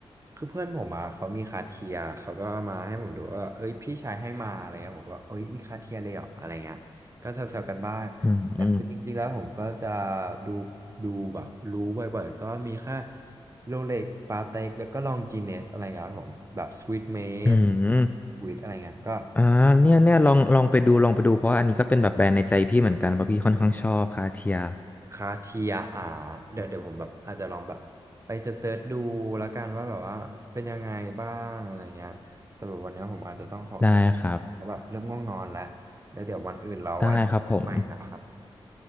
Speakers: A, on the right; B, on the left.
A: คือเพื่อนผมอ่ะเขามีคาเทียเขาก็เอามาให้ผมดูว่าเอ้ยพี่ชายให้มาอะไรเงี้ยผมก็เอ้ยมีคาเทียเลยเหรออะไรเงี้ยก็แซวๆกันบ้างแต่คือจริงๆแล้วผมก็จะ
B: อืมอืม
A: ดูดูแบบรู้บ่อยๆก็มีแค่โรเล็กปาเต็กแล้วก็ลองจีเนสอะไรเงี้ยครับผมแบบสวีทเมด
B: อืม
A: สวีทอะไรเงี้ยก็
B: อ่าเนี่ยเนี่ยลองลองไปดูลองไปดูเพราะว่าอันนี้ก็เป็นแบบแบรนด์ในใจพี่เหมือนกันเพราะพี่ค่อนข้างชอบคาเทีย
A: คาเทียอาเดี๋ยวเดี๋ยวผมแบบอาจจะลองแบบไปเซิร์ชๆดูแล้วกันว่าแบบว่าเป็นยังไงบ้างอะไรเงี้ยแต่แบบวันนี้ผมอาจจะต้องขอตัว
B: ได้ครับ
A: เพราะแบบเริ่มง่วงนอนแล้ว แล้วเดี๋ยววันอื่นเราไว้มาคุยกันใหม่นะครับ
B: ได้ครับผม